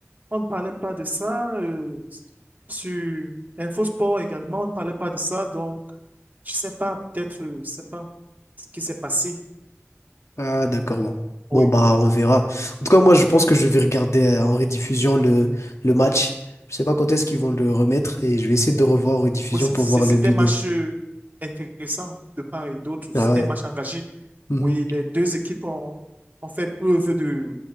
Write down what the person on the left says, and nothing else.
Ah, d'accord, bon.
Bon, bah, on
verra. En tout cas, moi, je pense que je vais regarder euh, en rediffusion le, le match. Je sais pas quand est-ce qu'ils vont le remettre et je vais essayer de revoir en rediffusion
pour
voir
le but
de.
Ah
ouais.
Mhm.